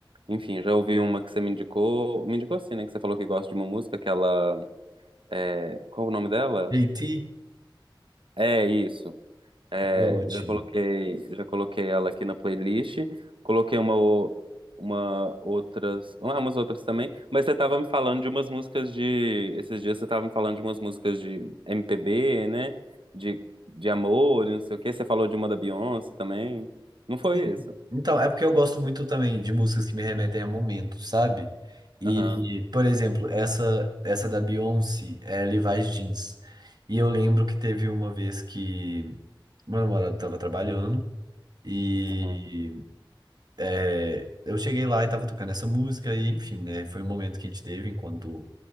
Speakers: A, on the right; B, on the right.
A: Enfim, já ouvi uma que você me indicou, me indicou assim, né? Que você falou que gosta de uma música, aquela. é, Qual é o nome dela?
B: JT?
A: É isso. É,
B: Ah, Ótimo.
A: já coloquei, já coloquei ela aqui na playlist. Coloquei uma, o- uma outras, ah, umas outras também. Mas você tava me falando de umas músicas de, esses dias você tava me falando de umas músicas de MPB, né? De, de amor, e não sei o quê. Você falou de uma da Beyoncé também. Não foi
B: Sim.
A: isso?
B: Então, é porque eu gosto muito também de músicas que me remetem a momentos, sabe? E,
A: Aham,
B: por exemplo, essa essa da Beyoncé é Levi's Jeans. E eu lembro que teve uma vez que meu namorado estava trabalhando e
A: aham,
B: é, eu cheguei lá e estava tocando essa música e, enfim, né? Foi um momento que a gente teve enquanto,